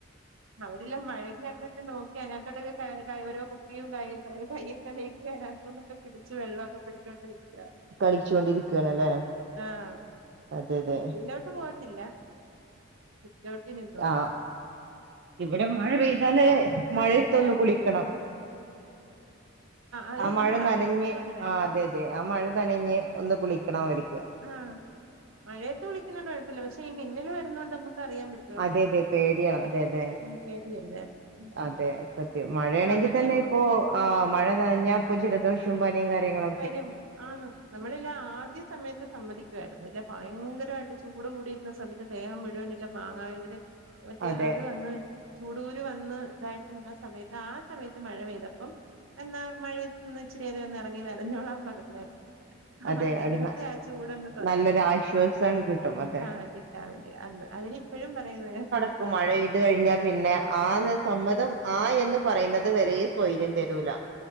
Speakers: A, on the right; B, on the right.
A: അവരെല്ലാം മഴയ്ക്കകത്തോട്ട് നോക്കി അതിനകത്തോട്ടൊക്കെ ഓരോ കുപ്പിയും കൈ കയ്യൊക്കെ നീട്ടി അതിനകതൊട്ട് ക്കെ പിടിച്ച് വെള്ളക്കെ പിടിച്ചോണ്ട് നിക്ക
B: കളിച്ചോണ്ടിരിക്കണല്ലേ
A: ആഹ്
B: അതെ അതെ
A: ചെളിയിലോട്ട് പോകത്തില്ല സിറ്റോട്ട് നിന്നോണ്ട്
B: ആ ഇവിടെ
A: ഉം
B: മഴ പെയ്താല്
A: പണ്ടൊക്കെ
B: മഴത്തൊന്ന്
A: ആവുമ്പോ
B: കുളിക്കണം
A: അത്
B: ആഹ്
A: ഇന്ന്
B: മഴ
A: പറഞ്ഞ്
B: നനഞ്ഞ്
A: ഞാൻ പറഞ്ഞു വേണ്ട
B: ആഹ് അതെ അതെ ആഹ് മഴ നനഞ്ഞ് ഒന്ന് കുളിക്കണം അവര്ക്ക്
A: ആഹ് മഴയത്ത് കുളിക്കുന്നോണ്ട് കുഴപ്പല്ല പക്ഷെ ഈ മിന്നില് വരുന്നോണ്ട് നമക്ക് അറിയാൻ പറ്റ
B: അതെ അതെ പേടിയാ അതെ അതെ
A: പേടിയല്ലേ ഉം
B: അതെ സത്യം മഴയാണെങ്കി
A: മ മറ്റേ
B: തന്നെ
A: മ്
B: ഇപ്പോ ആഹ് മഴ നനഞ്ഞ പ്പൊ ജലദോഷം <unintelligible> പനിയും കാര്യങ്ങളൊക്ക
A: വരും ആന്ന് നമ്മളില്ല ആദ്യ സമയത്ത് സമ്മതിക്കുയായിരുന്നു ഇല്ല ഭയങ്കരായിട്ട് ചൂട് കൂടിയിരുന്ന സമയത്ത് ദേഹം മുഴുവന് മാങ്ങാവതിന് മറ്റേ
B: അതെ
A: അത് വന്ന് ചൂട് കുരു വന്ന് ഇതായിട്ട് നിന്ന സമയത്ത് ആഹ് സമയത്ത് മഴ പെയ്തപ്പം എന്നാ മഴയത്ത് ന്ന് ഇച്ചിരി നേരം ഇറങ്ങി നനഞ്ഞോളാൻ പറഞ്ഞെു ആഹ്
B: അതെ
A: ദേഹത്തെ
B: അത്
A: ആ ചൂടൊന്ന് കുറയാൻ
B: നല്ലൊരു
A: വേണ്ടിട്ട്
B: ആശ്വാസം കിട്ടും അതെ
A: ആഹ് കിട്ടാൻ വേണ്ടി അന്ന് അവനി ഇപ്പോഴും പറയുന്ന്
B: പ്പംമഴപെയ്ത് കഴിഞ്ഞാ പിന്നെ ആഹ് ന്ന് സമ്മതം ആഹ് എന്ന് പറയുന്നത് വരെ സ്വൈര്യം തരൂല